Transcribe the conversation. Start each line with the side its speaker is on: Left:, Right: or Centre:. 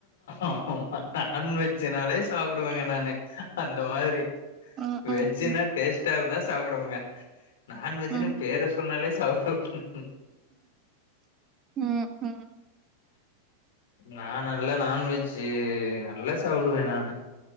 Left: ஆமா நான்வெஜ்ஜுனாலே சாப்புடுவேங்க நானு அந்த மாரி
Right: ம்
Left: வெஜ்ஜூனா
Right: ம்
Left: டேஸ்டா இருந்தா சாப்டுவெங்க நான்வெஜ்ன்னு
Right: ம் ம்
Left: பேர சொன்னாலே சாப்புடு <unintelligible>
Right: ம் ம்
Left: நான் நல்ல நான்வெஜ்ஜூ நல்லா சாப்புடுவே நானு